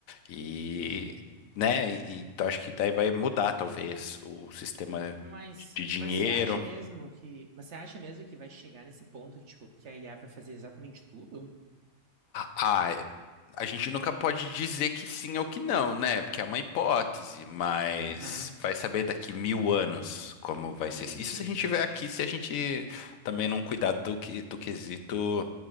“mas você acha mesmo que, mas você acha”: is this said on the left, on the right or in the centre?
Right